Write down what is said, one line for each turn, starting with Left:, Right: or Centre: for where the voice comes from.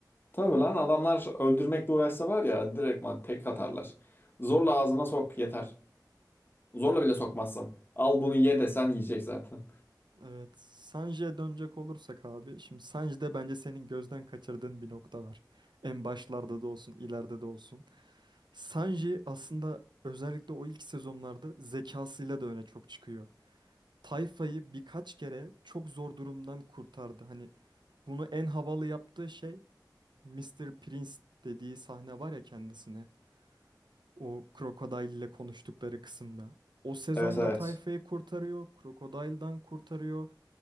Left: Tabii lan adamlar öldürmekle uğraşsa var ya direktman tek atarlar. Zorla ağzına sok yeter. Zorla bile sokmazsın. Al bunu ye desen yiyecek zaten.
Right: Evet, Sanji'ye dönecek olursak abi, şimdi Sanji'de bence senin gözden kaçırdığın bir nokta var. En başlarda da olsun, ileride de olsun. Sanji aslında özellikle o ilk sezonlarda zekasıyla da öne çok çıkıyor. Tayfa'yı birkaç kere çok zor durumdan kurtardı. Hani bunu en havalı yaptığı şey Mister Prince dediği sahne var ya kendisine. O Crocodile ile konuştukları kısımda. O sezonda
Left: Evet evet.
Right: Tayfa'yı kurtarıyor, Crocodile'dan kurtarıyor.